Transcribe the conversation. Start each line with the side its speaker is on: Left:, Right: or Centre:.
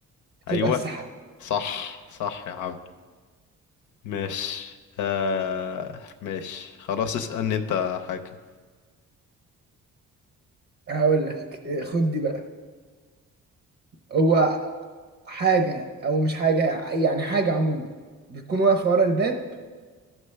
Right: تبقى
Left: ايوه
Right: السحاب
Left: صح صح يا عم ماشي آه ماشي خلاص اسألني انت حاجة
Right: هقول لك إيه، خد دي بقى هو حاجة أو مش حاجة يعني حاجة عموما بتكون واقفة ورا الباب